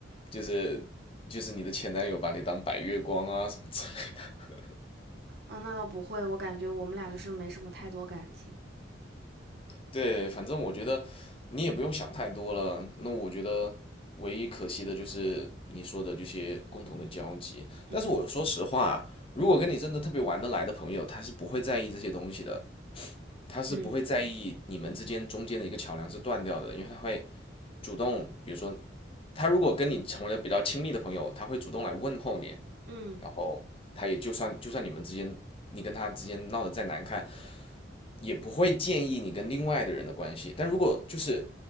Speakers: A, on the left (about 30°); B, on the right (about 60°).
A: 就是就是你的前男友把你当白月光啊什么之类的。
B: 嗯，那倒不会，我感觉我们俩就是没什么太多感情。
A: 对，反正我觉得你也不用想太多了。那我觉得唯一可惜的就是你说的这些共同的交集。
B: 嗯
A: 但是我说实话，如果跟你真的特别玩得来的朋友，
B: 嗯
A: 他是不会在意这些东西的，他是不会在意你们之间中间的一个桥梁是断掉的，
B: 嗯
A: 因为他会主动，比如说，他如果跟你成为了比较亲密的朋友，他会主动来问候你，
B: 嗯
A: 然后他也就算就算你们之间你跟他之间闹得再难看，也不会建议你跟另外的人的关系。但如果就是